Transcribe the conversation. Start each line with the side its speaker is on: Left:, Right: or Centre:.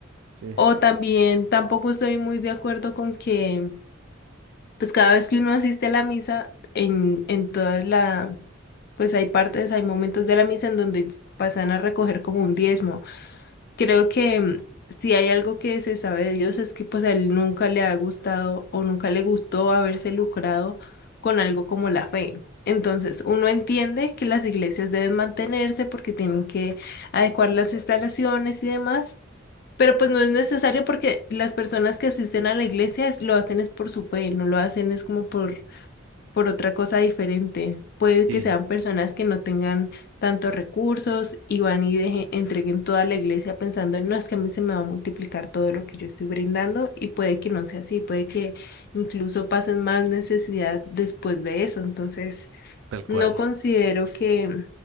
Right: Sí.
Left: O también tampoco estoy muy de acuerdo con que pues cada vez que uno asiste a la misa, en, en todas la, pues hay partes, hay momentos de la misa en donde pasan a recoger como un diezmo. Creo que mm, si hay algo que se sabe de Dios es que pues a él nunca le ha gustado o nunca le gustó haberse lucrado con algo como la fe. Entonces, uno entiende que las iglesias deben mantenerse porque tienen que adecuar las instalaciones y demás. Pero pues no es necesario porque las personas que asisten a la iglesia es- lo hacen es por su fe, no lo hacen es como por, por otra cosa diferente. Puede
Right: Sí,
Left: que sean personas que no tengan tantos recursos y van y deje- entreguen toda la iglesia pensando, no, es que a mí se me va a multiplicar todo lo que yo estoy brindando y puede que no sea así, puede que incluso pasen más necesidad después de eso. Entonces...
Right: tal cual.
Left: No considero que,